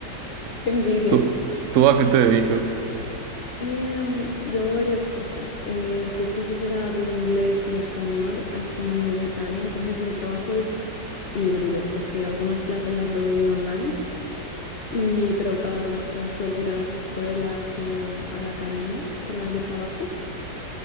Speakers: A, on the right (about 65°); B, on the left (about 55°).
A: Sí.
B: qué envidia.
A: ¿Tú, tú a qué te dedicas?
B: Em, yo hago varias cosas. Eh, soy profesora de inglés y español aquí en Italia, entonces mi trabajo es híbrido porque algunas clases las doy online, y, pero para algunas clases tengo que ir a las escuelas o a la academia para la que trabajo.